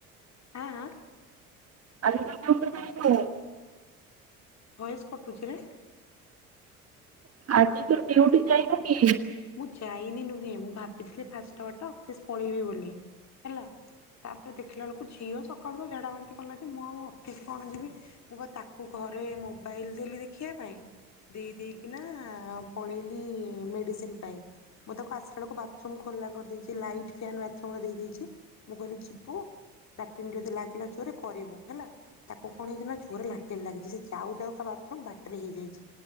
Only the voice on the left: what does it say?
ଆଁ ଆଁ?
ଭଏସ୍ କଟୁଛି ରେ।
ମୁଁ ଯାଇନି ନୁହେଁ ମୁଁ ଭାବିଥିଲି ଫାଷ୍ଟ ଆୱାର୍ ଟା ଅଫିସ୍ ପଳେଇବି ବୋଲି ହେଲା ତାପରେ ଦେଖିଲା ବେଳକୁ ଝିଅ ସକାଳୁ ଝାଡ଼ା ବାନ୍ତି କଲା ଯେ ମୁଁ ଆଉ ଅଫିସ କଣ ଯିବି ମୁଁ ବା ତାକୁ ଘରେ ମୋବାଇଲ ଦେଲି ଦେଖିବା ପାଇଁ ଦେଇ ଦେଇେଇକିନା ପଳେଇଲି ମେଡ଼ିସିନ। ପାଇଁ ମୁଁ ତାକୁ ଆସିଲା ବେଳକୁ ବାଥରୁମ୍ ଖୋଲା କରିଦେଇଛି ଲାଇଟ୍ ଫ୍ୟାନ ବାଥରୁମର ଦେଇ ଦେଇଛି ମୁ କହିଲି ଯିବୁ ଲାଟିନ ଯଦି ଲାଗିଲା ଯୋରେ କରିବୁ ହେଲା ତାକୁ କଣ ହେଇଛି? ନା ଜୋରେ ଲାଟିନ ଲାଗିଛି ସେ ଯାଉ ଯାଉକା ବାଥରୁମ୍ ବାଟରେ ହେଇ ଯାଇଛି